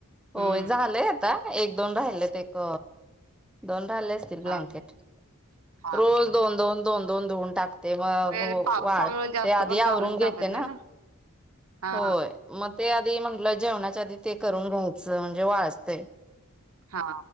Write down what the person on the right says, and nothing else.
हम्म
हा हा हा
हा
होय पावसामुळे
जास्त
पण घालून
चालत
नाही हा
हा